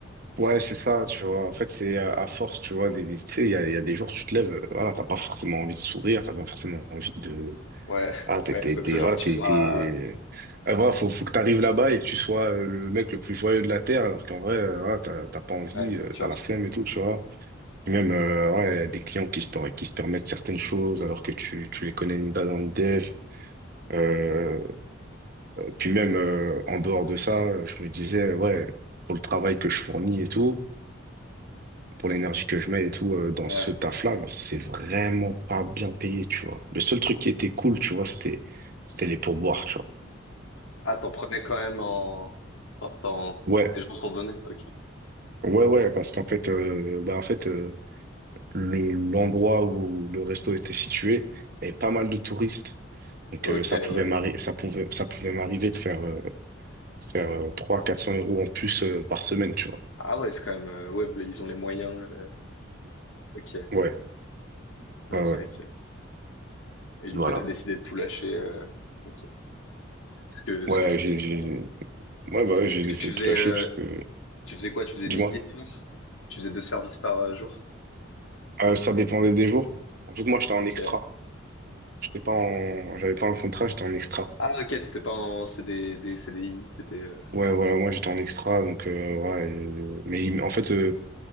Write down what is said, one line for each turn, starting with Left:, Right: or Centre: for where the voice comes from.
Right: ouais, c'est ça, tu vois. En fait, c'est à, à force, tu vois, des, des- tu sais, il y a, il y a des jours, tu te lèves, euh, voilà, t'as pas forcément envie de sourire, t'as pas forcément envie de,
Left: Ouais, <laughs>
Right: Ah, t'es,
Left: ouais,
Right: t'es,
Left: faut
Right: t'es-
Left: toujours
Right: voilà,
Left: que tu
Right: t'es,
Left: sois...
Right: t'es... Ah, voilà, faut, faut que t'arrives là-bas et que tu sois euh, le mec le plus joyeux de la Terre, alors qu'en vrai, euh, voilà, t'as, t'as pas envie,
Left: Ouais, bien
Right: euh,
Left: sûr.
Right: t'as la flemme et tout, tu vois. Et même, euh, ouais, y a des clients qui se, per- qui se permettent certaines choses alors que tu, tu les connais ni d'Adam ni d'Ève. Euh, puis même, euh, en dehors de ça, euh, je me disais, euh, ouais, pour le travail que je fournis et tout, pour l'énergie que je mets et tout, euh, dans
Left: Ouais.
Right: ce taf-là, genre, c'est vraiment pas bien payé, tu vois. Le seul truc qui était cool, tu vois, c'était, c'était les pourboires, tu vois.
Left: Ah, t'en prenais quand même en... Enfin, t'en-
Right: Ouais,
Left: Des gens t'en donnaient? Ok.
Right: Ouais, ouais, parce qu'en fait, euh, bah, en fait euh, le- l'endroit où le resto était situé, avait pas mal de touristes. Donc,
Left: Ok,
Right: euh, ça
Left: ouais.
Right: pouvait m'arri- ça pouvait, ça pouvait m'arriver de faire, euh, faire euh, trois cents, quatre cents euros en plus euh, par semaine, tu vois.
Left: Ah ouais, c'est quand même... euh, Ouais, bah, ils ont les moyens. euh, Ok,
Right: Ouais,
Left: ok,
Right: ouais, ouais,
Left: ok. Et du
Right: voilà.
Left: coup, t'as décidé de tout lâcher. euh, ok. Ce que, ce
Right: Ouais,
Left: que je peux
Right: j'ai,
Left: comprendre.
Right: j'ai-
Left: ouais.
Right: ouais, bah, ouais, j'ai
Left: Parce
Right: laissé
Left: que tu faisais,
Right: tout lâcher
Left: euh,
Right: parce que,
Left: tu faisais quoi? Tu faisais
Right: dis-moi,
Left: midi et soir? Tu faisais deux services par euh, jour?
Right: Euh, ça dépendait des jours. En fait, moi, j'étais
Left: Ok.
Right: en extra. J'étais pas en, j'avais pas un contrat, j'étais en extra.
Left: Ah, ok, t'étais pas en CDD, CDI. T'étais. euh,
Right: Ouais, voilà, moi, j'étais en extra, donc, euh, voilà. et- Mais il- en fait, euh,